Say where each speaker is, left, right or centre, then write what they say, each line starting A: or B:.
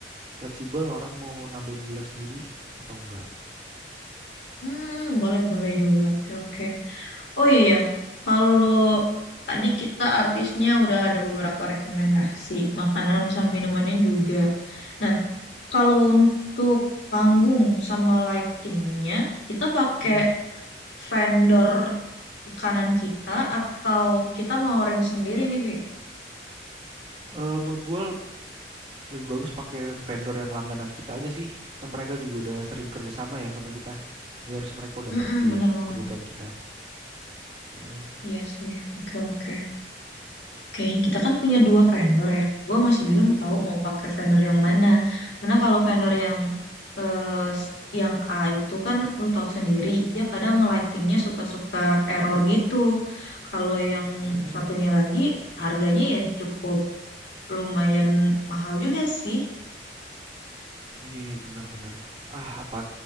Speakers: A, on the right; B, on the left.
A: fleksibel orang mau nambahin gula sendiri atau enggak.
B: hmm, boleh boleh juga. Oke oke. Oh iya, iya. kalau tadi kita artisnya udah ada beberapa rekomendasi, makanan sama minumannya juga. Nah, kalau untuk panggung sama lightingnya, kita pakai
A: Mhm.
B: vendor kanan kita atau kita mau ring sendiri nih, Vi?
A: Eee, menurut gue lebih bagus pakai vendor yang langganan kita aja sih, kan mereka juga udah sering kerja sama ya sama kita. Jadi harus mereka udah
B: Mm-mm,
A: ngerti
B: bener
A: ya
B: banget.
A: kebutuhan kita, heeh.
B: Iya sih, oke oke. Kayaknya kita kan punya dua vendor ya. Gue masih bingung tahu mau pakai vendor yang mana. Karena kalau vendor yang eh, s- yang A itu kan lu tahu sendiri, dia kadang lightingnya suka-suka error gitu. Kalau yang
A: Oh,
B: satunya lagi harganya ya cukup lumayan mahal juga sih.
A: iya ya, benar bener. Ah, apa